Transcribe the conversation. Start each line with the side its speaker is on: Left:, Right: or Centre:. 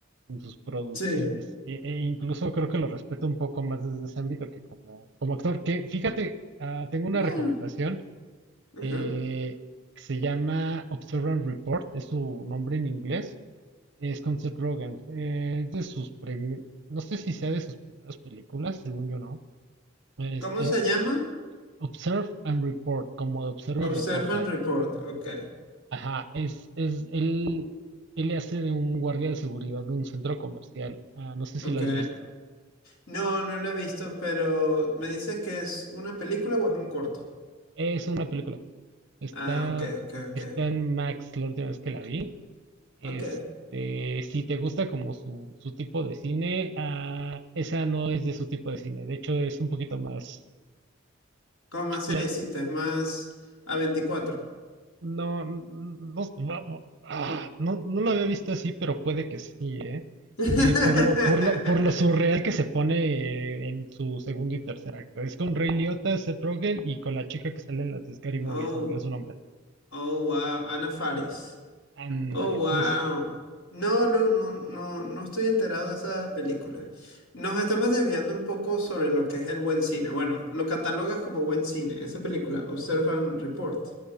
Right: en sus producciones.
Left: Sí.
Right: E, e incluso creo que lo respeto un poco más desde ese ámbito que como, como actor. Que fíjate, ah, tengo una
Left: Bueno.
Right: recomendación
Left: ajá.
Right: eh, que se llama Observe and Report, es su nombre en inglés, es con Seth Rogen. eh, es de sus prim- no sé si sea de sus primeras películas, según yo no. Este,
Left: ¿Cómo se
Right: y
Left: llama?
Right: Observe and Report, como de observa
Left: Observe
Right: y reporta.
Left: and Report. Ok,
Right: Ajá, es, es, él, él le hace de un guardia de seguridad de un centro comercial. Ah, no sé si
Left: ok.
Right: lo has visto.
Left: No, no lo he visto, pero ¿me dices que es una película o es un corto?
Right: Es una película. Está,
Left: Ah, ok, ok, ok.
Right: está en Max la última vez que la vi. Este,
Left: Ok.
Right: si te gusta como su, su tipo de cine, ah, esa no es de su tipo de cine. De hecho, es un poquito más.
Left: Con más seriecita,
Right: la-
Left: más a veinticuatro?
Right: no, no, vamos, ah, no, no lo había visto así, pero puede que sí, ¿eh?
Left: <laughs>
Right: Eh, por lo, por lo, por lo surreal que se pone eh, en su segundo y tercer acto. Es con Ray Liotta, Seth Rogen y con la chica que sale en las de Scary Movie,
Left: Oh,
Right: se me olvidó su nombre.
Left: oh, wow. Ana Faris.
Right: Ándale,
Left: Oh,
Right: justo.
Left: wow. No, no, no, no, no estoy enterado de esa película. Nos estamos desviando un poco sobre lo que es el buen cine. Bueno, lo catalogas como buen cine, esa película, Observe and Report.